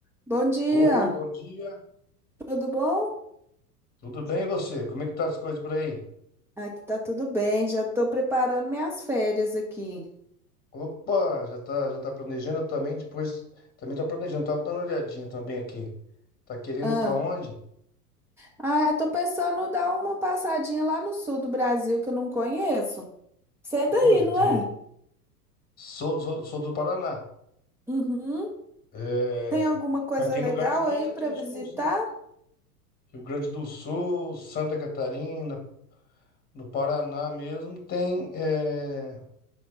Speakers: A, in the centre; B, on the left.
A: Bom dia,
B: Oi, bom dia.
A: tudo bom?
B: Tudo bem e você? Como é que tá as coisas por aí?
A: Aqui tá tudo bem, já tô preparando minhas férias aqui.
B: Opa, já tá, já tá planejando também, depois também tô planejando, tava dando uma olhadinha também aqui. Tá querendo
A: Ah,
B: ir pra onde?
A: ah, eu tô pensando em dar uma passadinha lá no sul do Brasil que eu não conheço. Você é
B: Olha,
A: daí, não
B: tem
A: é?
B: sou, sou, sou do Paraná.
A: Uhum.
B: É,
A: Tem alguma coisa
B: mas tem
A: legal
B: lugares bons
A: aí
B: aqui
A: para
B: no
A: visitar?
B: sul, sim. Rio Grande do Sul, Santa Catarina, no Paraná mesmo tem é,